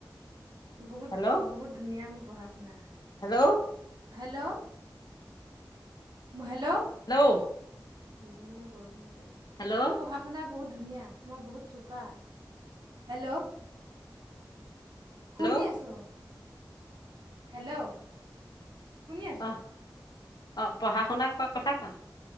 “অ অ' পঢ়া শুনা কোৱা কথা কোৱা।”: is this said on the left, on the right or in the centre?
Left